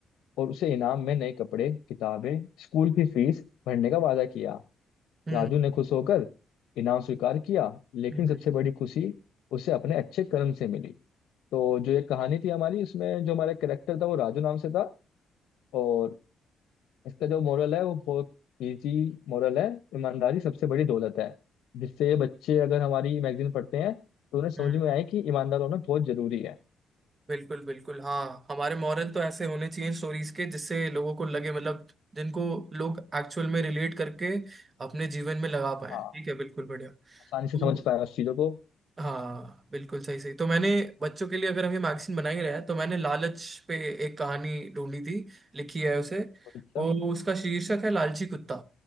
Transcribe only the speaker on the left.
और उसे इनाम में नए कपड़े किताबें स्कूल की फीस भरने का वादा किया
राजू ने खुश होकर इनाम स्वीकार किया लेकिन
सबसे बड़ी खुशी उसे अपने अच्छे कर्म से मिली तो जो ये कहानी थी हमारी इसमें जो हमारा कैरेक्टर था वो राजू नाम से था और इसका जो मोरल है वो बहुत इजी मोरल है ईमानदारी सबसे बड़ी दौलत है जिससे ये बच्चे अगर हमारी मैगजीन पढ़ते हैं तो उन्हें समझ
में आए कि ईमानदार होना बहुत जरूरी है
हाँ
आसानी
से समझ पाए उस चीज़ों को
बहुत अच्छा